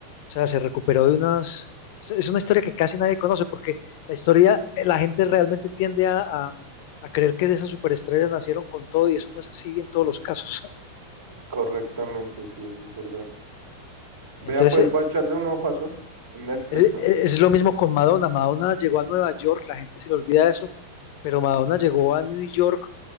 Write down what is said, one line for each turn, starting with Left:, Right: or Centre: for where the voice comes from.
Left: O sea, se recuperó de unas... Es es una historia que casi nadie conoce porque la historia, eh, la gente realmente tiende a, a, a creer que esas superestrellas nacieron con todo y eso no es así en todos los casos. <laughs>
Right: Correctamente, sí, eso es verdad. Vea,
Left: Entonces,
Right: pues voy a echarle un ojazo en Netflix,
Left: eh,
Right: ¿no?
Left: es, es lo mismo con Madonna. Madonna llegó a Nueva York, la gente se le olvida eso, pero Madonna llegó a New York